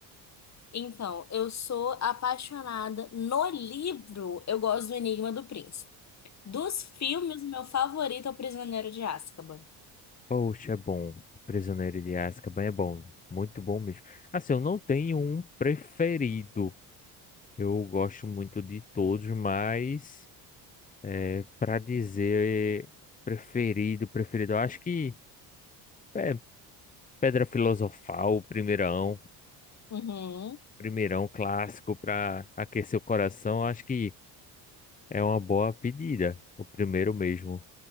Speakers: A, on the left (about 35°); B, on the left (about 15°).
A: Então, eu sou apaixonada. No livro, eu gosto do Enigma do Príncipe. Dos filmes, o meu favorito é O Prisioneiro de Azkaban.
B: Poxa, é bom. O Prisioneiro de Azkaban é bom. Muito bom mesmo. Assim, eu não tenho um preferido. Eu gosto muito de todos, mas é, para dizer preferido, preferido, eu acho que é Pedra Filosofal, o primeirão,
A: Uhum,
B: primeirão clássico para aquecer o coração, eu acho que é uma boa pedida. O primeiro mesmo.